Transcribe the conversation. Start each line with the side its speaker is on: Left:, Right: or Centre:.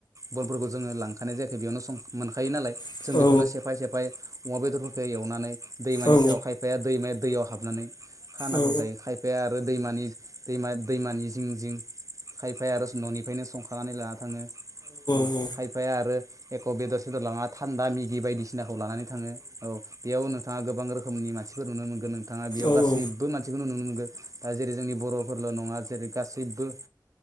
Right: बनफोरखौ जोङो लांखानाय जायाखै बेयावनो सं मोनखायो नालाय
Left: नोंथां
Right: जों बेखौनो
Left: औ
Right: सेफाय सेफाय अमा बेदरफोरखौ एवनानै दैमानि
Left: औ
Right: सेरावहाय खायफाया दैमाया दैयाव हाबनानै खानाखौ
Left: औ
Right: जायो खाय खायफाया आरो दैमानि दैम दैमानि जिं जिं खायफाया आरो संनानै बेायनो संखानानै लाना थाङो ओ
Left: औ
Right: खाय खायफाया आरो एख' बेदर सेदर लाङा थान्दा मेगि बायदिसिनाखौ लानानै थाङो। औ। बेयाव नोंथाङा गोबां रोखोमनि मानसिफोर नुनो मोनगोन नोंथाङा बेयाव
Left: औ
Right: गासैबो
Left: औ
Right: मानसि खौनो नुनो मोनगोन दा जेरै जोंनि बर'फोरल' नङा जेरै गासैबो